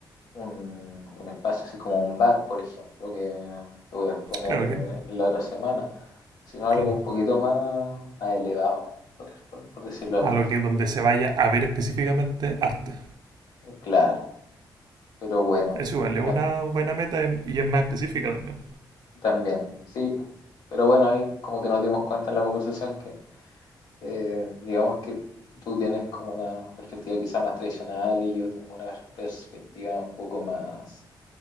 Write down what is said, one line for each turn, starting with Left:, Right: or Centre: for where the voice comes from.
Left: un, un espacio así como un bar, por ejemplo, que te voy a exponer
Right: Claro,
Left: eh,
Right: que,
Left: la otra semana, sino
Right: claro.
Left: algo un poquito más, más elevado, por, por- por decirlo de alguna
Right: A lo
Left: forma.
Right: que donde se vaya a ver específicamente arte.
Left: Claro, pero bueno,
Right: Es igual, es
Left: bueno,
Right: una buena meta em, y es más específica también.
Left: También, sí, pues. Pero bueno, ahí como que nos dimos cuenta en la conversación que eh, digamos que tú tienes como una perspectiva quizá más tradicional y yo tengo una perspectiva un poco más,